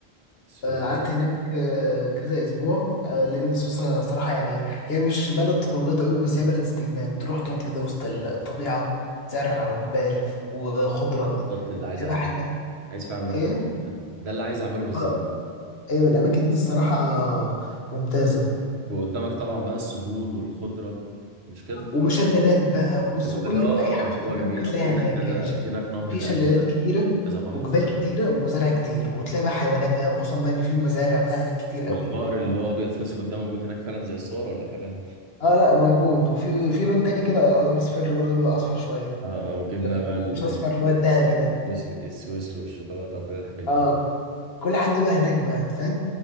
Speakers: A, on the right; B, on the left.
A: السويس
B: آه، قعدت هناك آه، كذا أسبوع آه، لأن سويسرا صراحة يعني هي مش بلد خروجات أوي بس هي بلد استجمام تروح تقعد كده وسط الطبيعة زرع وجبال وخضرة
A: بالظبط <laughs> اللي عايز
B: فيها
A: اعمله
B: بقى حيوانات
A: عايز فعلا اروح
B: إيه؟
A: مكان ده ده اللي عايز اعمله بالظبط
B: آه، أيوة الأماكن دي الصراحة ممتازة
A: وقدامك طبعا بقى السهول والخضره مش كده
B: وشلالات بقى وبص
A: اللي
B: وكل
A: بت- اه
B: اي حاجه
A: اه
B: في
A: هو
B: الطبيعه
A: جميل
B: ممكن تلاقيها
A: وفي هناك
B: هناك
A: كذا
B: يعني شل...
A: في هناك نهر
B: في
A: تقريبا
B: شلالات كتيره
A: كذا بحر
B: وجبال كتيره وزرع كتير وتلاقي بقى حيوانات بقى وخصوصا بقى ان في المزارع بقى هناك كتير
A: والبقر
B: قوي
A: اللي هو ابيض في اسود ده موجود هناك فعلا زي الصور ولا كلام
B: اه لا موجود وفي في لون تاني كده مصفر برضه بيبقى اصفر شويه
A: اه آه، وجبنا
B: لا
A: بقى ال-
B: مش اصفر اللي هو الذهبي ده
A: السويسري السويسري والشوكولاته وكل الحاجات دي
B: اه كل حد بقى هناك بقى فاهم